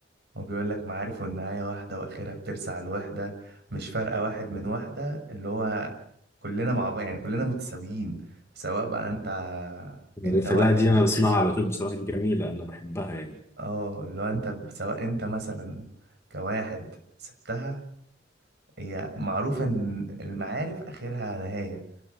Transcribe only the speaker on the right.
هو بيقول لك معارف والنهاية واحدة وآخرها بترسع الوحدة مش فارقة واحد من واحدة اللي هو كلنا مع بعض يعني كلنا متساويين سواء بقى انت انت
واحد
اه اللي هو انت سواء انت مثلا كواحد سبتها هي معروف ان المعارف آخرها نهاية